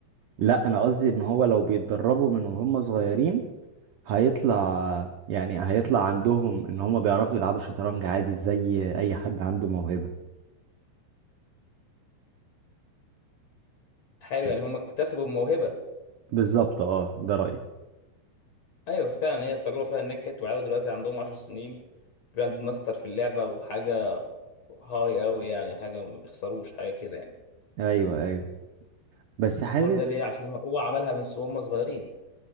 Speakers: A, on the right; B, on the left.
A: لا انا قصدي ان هو لو بيتدربوا من وهم صغيرين هيطلع يعني هيطلع عندهم ان هم بيعرفوا يلعبوا شطرنج عادي زي اي حد عنده موهبة
B: حلو
A: ف-
B: يعني هما اكتسبوا الموهبه
A: بالظبط اه ده رأيي
B: ايوه فعلا هي التجربه فعلا نجحت وعيال دلوقتي عندهم 10 سنين جراند ماستر في اللعبه وحاجه هاي قوي يعني حاجه ما بيخسروش حاجه كده يعني
A: ايوه ايوه بس حاسس
B: كل ده ليه عشان هو عملها من س- هما صغيرين